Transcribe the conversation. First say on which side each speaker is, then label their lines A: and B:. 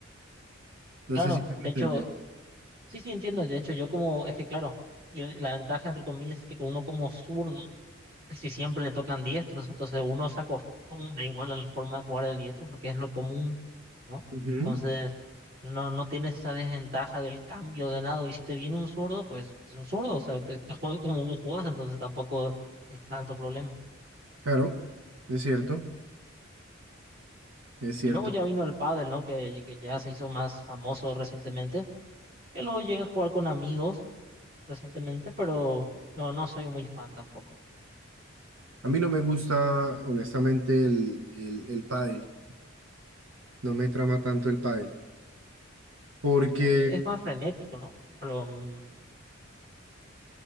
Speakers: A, on the right; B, on the right.
A: No
B: Claro,
A: sé si me voy
B: de
A: a
B: hecho,
A: entender.
B: sí, sí entiendo. De hecho, yo como, es que claro, y el- la ventaja, entre comillas, es que uno como zurdo si siempre le tocan diestros, entonces uno se acostumbra igual a la forma de jugar el diestro porque es lo común, ¿no?
A: Ujú,
B: Entonces, no, no tienes esa desventaja del cambio de lado. Y si te viene un zurdo, pues es un zurdo, o sea, te, te juega como vos jugás, entonces tampoco es tanto problema.
A: Claro, es cierto, es cierto.
B: Y luego ya vino el pádel, ¿no? Que, que ya se hizo más famoso recientemente. Yo luego llegué a jugar con amigos recientemente, pero no, no soy muy fan tampoco.
A: A mí no me gusta, honestamente, el, el, el pádel. No me trama tanto el pádel. Porque
B: Eh, es más frenético, ¿no? Pero mm,